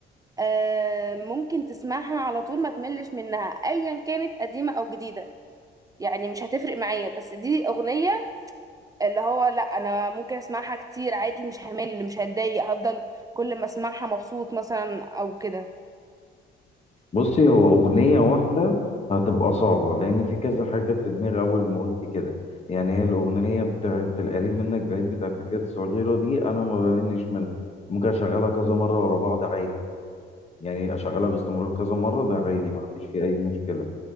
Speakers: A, on the right (about 20°); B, on the left (about 35°).
A: آه ممكن تسمعها على طول ما تملش منها ايا كانت قديمه او جديده يعني مش هتفرق معايا بس دي اغنيه اللي هو لا انا ممكن اسمعها كتير عادي مش همل مش هتضايق هفضل كل ما اسمعها مبسوط مثلا او كده
B: بصي هو أغنية واحدة هتبقى صعبة لأن في كذا حاجة في دماغي أول ما قلت كده يعني هي الأغنية بتاعت القريب منك بعيد بتاعت نجاة الصغيرة دي أنا ما بملش منها ممكن أشغلها كذا مرة ورا بعض عادي يعني اشغلها باستمرار كذا مره ده عادي ما عنديش فيه اي مشكله